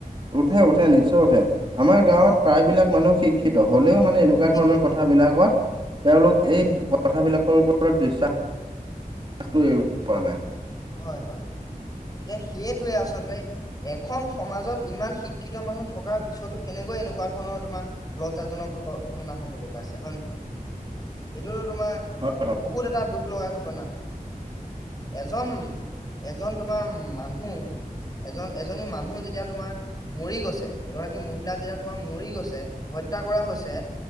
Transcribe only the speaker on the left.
অ
অ
শিক্ষিত
অ
উম
হয় হয় এতিয়া সেইটোৱে আচলতে এখন সমাজত ইমান শিক্ষিত মানুহ থকাৰ পিছতো কেনেকৈ এনেকোৱা ধৰণৰ তোমাৰ লজ্জাজনক ঘট ঘটনা হবলৈ পাইছে হয় নহয় এইটোতো তোমাৰ
বহুত এটা দুখ লগা ঘটনা এজন এজন তোমাৰ মানুহ এজন এজনী মানুহ যেতিয়া তোমাৰ মৰি গৈছে এগৰাকী মহিলা যেতিয়া তোমাৰ মৰি গৈছে হত্যা কৰা হৈছে